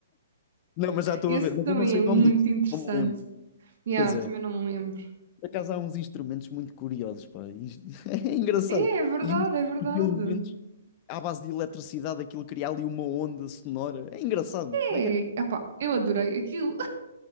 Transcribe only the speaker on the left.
Não, mas já estou
a ver, mas
eu não sei
o nome disso,
não me lembro.
Pois é.
Por acaso há uns instrumentos muito curiosos, pá. Isto- <laughs> É engraçado.
E os
elementos. à base de eletricidade aquilo cria ali uma onda sonora. É engraçado. Como
é que é?